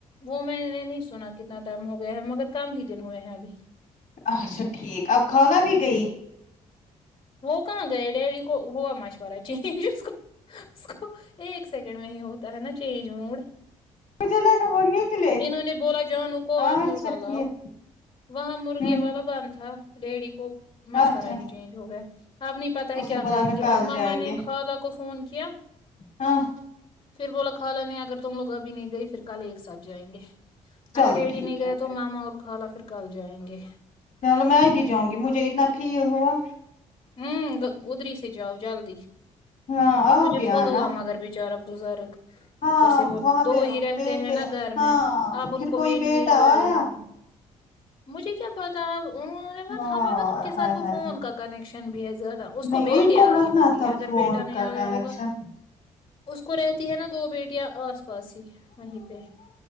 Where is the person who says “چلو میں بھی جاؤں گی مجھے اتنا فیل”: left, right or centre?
Left